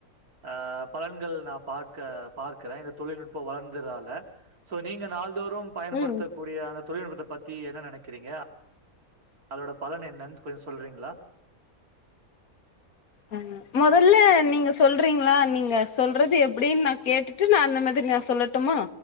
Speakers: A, on the right (about 90°); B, on the left (about 75°).
A: அ பலன்கள் நா பாக்க பார்க்குறே இந்த தொழில்நுட்போ வளர்ந்ததால சோ நீங்க நாள்தோறும் பயன்படுத்த
B: ம்
A: கூடிய அந்த தொழில்நுட்பத்த பத்தி என்ன நெனைக்கிறீங்க அதோட பலன என்னன் கொஞ்சோ சொல்றீங்ளா
B: ஆ மொதல்ல நீங்க சொல்றீங்ளா நீங்க சொல்றது எப்டின் நான் கேட்டுட்டு நான் அந்த மாதிரி நா சொல்லட்டுமா